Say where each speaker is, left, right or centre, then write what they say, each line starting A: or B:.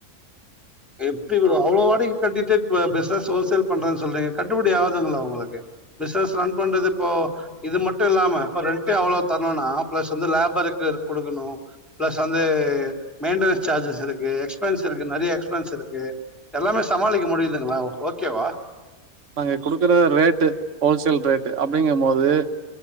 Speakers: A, in the centre; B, on the right.
A: எப்டி ப்ரோ அவ்ளோ வாடிகி கட்டிட்டு இப்ப பிஸ்னஸ் ஓல்சேல் பண்றன் சொல்றீங்க கட்டுப்படி ஆவுதுங்லா உங்களுக்கு பிஸுனஸ் ரன் பண்றது இப்போ இது மட்டு இல்லாம இப்ப ரெண்ட்டே அவ்ளோ தர்ணுன்னா ப்ளஸ் வந்து லேபருக்கு குடுக்குணு ப்ளஸ் வந்து மெயின்டனஸ் சார்ஜஸ் இருக்கு எக்ஸ்பென்ஸ் இருக்கு நெறிய ஃப்ரெண்ட்ஸ் இருக்கு எல்லாமே சமாளிக்க முடியுதுங்ளா ஓகேவா
B: அங்க குடுக்குற ரேட்டு ஹோல்சேல் ரேட்டு அப்டிங்கம்போது